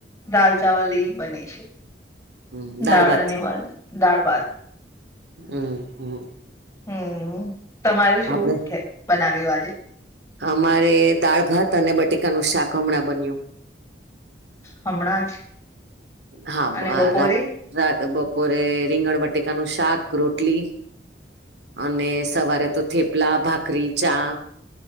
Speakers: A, on the left; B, on the right.
A: દાલ ચાવલ ને ઇ બને છે.
B: હમ
A: દાળ
B: ભાત
A: અને વાન દાળ ભાત.
B: હમ્મ હમ્મ.
A: હમ્મ તમારે શું
B: આપડે
A: બનાવ્યું આજે?
B: અમારે દાળ ભાત અને બટેકાનું શાક હમણાં બન્યું.
A: હમણાં જ
B: હા
A: અને બપોરે
B: <unintelligible> રાત રાત બપોરે રીંગણ બટેકાનું શાક રોટલી અને સવારે તો થેપલા, ભાખરી, ચા.